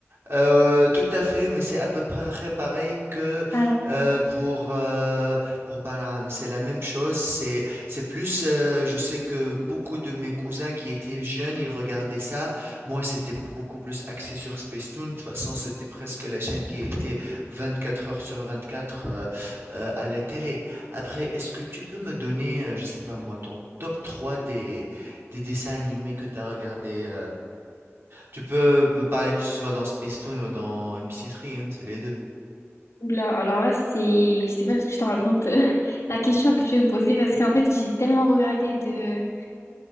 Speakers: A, on the right (about 55°); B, on the left (about 80°).
A: Heu, tout à fait, mais c'est à peu près pareil que,
B: Alors,
A: heu, pour, heu, pour Bahlam. C'est la même chose, c'est c'est plus, heu, je sais que beaucoup de mes cousins qui étaient jeunes, ils regardaient ça. Moi, c'était p beaucoup plus axé sur Space Spacetoon. De toute façon, c'était presque la chaîne qui était 24 heures sur 24, heu heu, à la télé. Après, est-ce que tu peux me donner, heu, je sais pas moi, ton top 3 des des dessins animés que tu as regardés, tu peux me parler que ce soit dans Space Spacetoon ou dans MBC3, hein, c'est les deux.
B: oula, alors là, c'est... Je sais pas si je te rends compte euh, <laughs> la question que tu viens de me poser, parce qu'en fait, j'ai tellement regardé de,